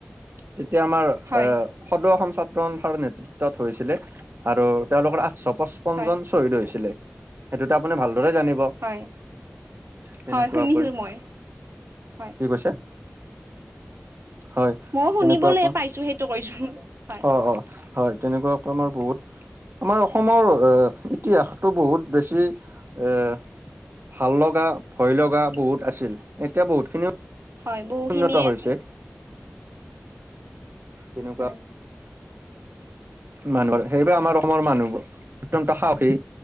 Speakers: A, on the right; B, on the right.
A: তেতিয়া আমাৰ
B: হয়
A: আহ সদৌ অসম ছাত্ৰ সন্থাৰ নেতৃত্বত হৈছিলে। আৰু তেওঁলোকৰ আঠশ পঁচপন্ন
B: হয়
A: জন শ্বহীদ হৈছিলে, সেইটোতে আপুনি ভাল ৰে জানিব।
B: হয়
A: তেনেকুৱাকৈ,
B: হয় শুনিছো মই হয়
A: কি কৈছে? হয়
B: ময়ো শুনিবলৈ
A: তেনেকুৱ,
B: পাইছো সেইটো কৈছো হয়
A: অ' অ' হয় তেনেকুৱা ক আমাৰ বহুত আমাৰ অসমৰ এ ইতিহাসটো বহুত বেছি এ ভাল লগা ভয় লগা, বহুত আছিল এতিয়া বহুতখিনি
B: হয় বহুখিনিয়ে
A: উন্নত হৈছে।
B: আছে।
A: তেনেকুৱা।
B: হয়
A: মানুহৰ সেইবাবে আমাৰ অসমৰ মানুহবোৰ, অত্যন্ত সাহসী